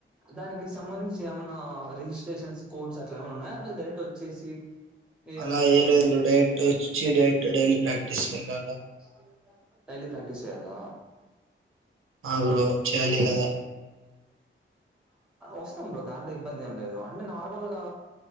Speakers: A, in the centre; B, on the right.
A: దానికి సంబంధించి ఏమైన్నా రిజిస్ట్రేషన్స్ కోడ్స్ అట్లా ఏమైనా ఉన్నాయా డైరెక్ట్ వచ్చేసి ఈ
B: అలా
A: అక్కడికి
B: ఏం లేదు బ్రో డైరక్ట్ వచ్చి డైరెక్ట్ డైలీ ప్రాక్టీస్
A: <unintelligible>
B: వెళ్ళాలా
A: డైలీ ప్రాక్టీస్ చేయ్యాల
B: ఆవును బ్రో చేయాలి కదా
A: వస్తాం బ్రో దాంట్లో ఇబ్బంది ఏం లేదు అంటే నార్మల్గా